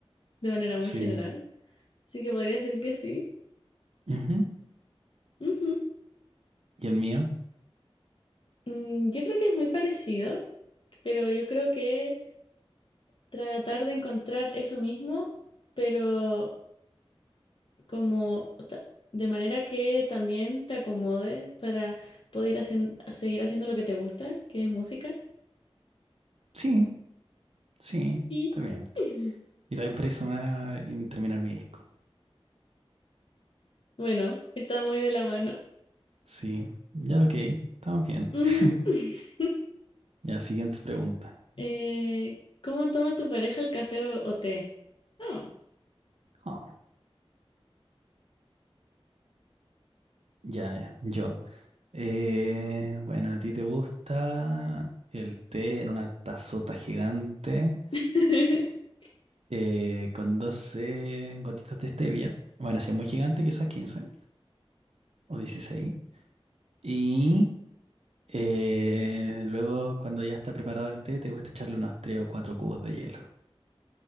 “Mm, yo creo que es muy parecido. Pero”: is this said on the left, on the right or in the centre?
Left